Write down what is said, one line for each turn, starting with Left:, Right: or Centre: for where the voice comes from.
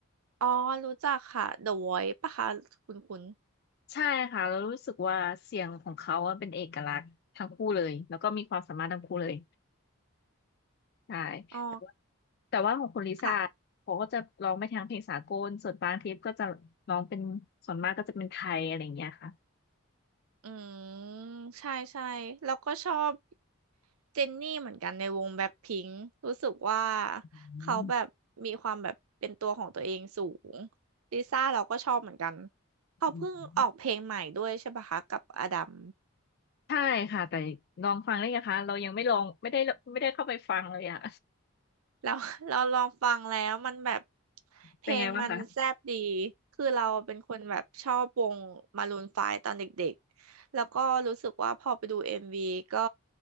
Right: อ๋อ รู้จักค่ะ The Voice ปะคะคุณคุณ
Left: ใช่ค่ะแล้วรู้สึกว่าเสียงของเขาอะเป็นเอกลักษณ์ทั้งคู่เลย แล้วก็มีความสามารถทั้งคู่เลย ใช่
Right: อ๋อ
Left: แต่ว่าแต่ว่าของคุณลิซ่า
Right: ค่ะ
Left: เขาก็จะร้องไปทางเพลงสากลส่วนบางคลิปก็จะร้องเป็นส่วนมากก็จะเป็นไทยอะไรอย่างเงี้ยค่ะ
Right: อืม ใช่ใช่แล้วก็ชอบเจนนี่เหมือนกันในวงแบล็คพิงค์รู้สึกว่า
Left: อืม
Right: เขาแบบมีความแบบเป็นตัวของตัวเองสูงลิซ่าเราก็ชอบเหมือนกันเขาเพิ่งออกเพลงใหม่ด้วยใช่ปะคะกับอดัม
Left: อืมใช่ค่ะแต่ลองฟังได้นะคะเรายังไม่ลองไม่ได้ไม่ได้เข้าไปฟังเลยอะ
Right: แล้ว <laughs> เราลองฟังแล้วมันแบบ
Left: <laughs>
Right: เพลงมันแซ่บดี
Left: เป็นไงบ้างคะ
Right: คือเราเป็นคนแบบชอบวงมารูนไฟว์ตอนเด็กๆแล้วก็รู้สึกว่าพอไปดูเอ็มวีก็